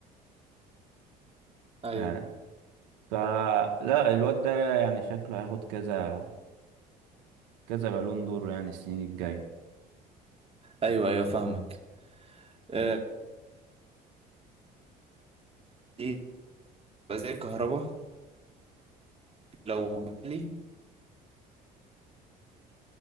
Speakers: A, on the right (about 25°); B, on the right (about 80°).
A: ايوه
B: يعني فلا الواد ده يعني شكله هياخد كذا كذا بالون دور يعني السنين الجاية
A: ايوه ايوه فاهمك آه، دي تبقى زي الكهرباء لو جالي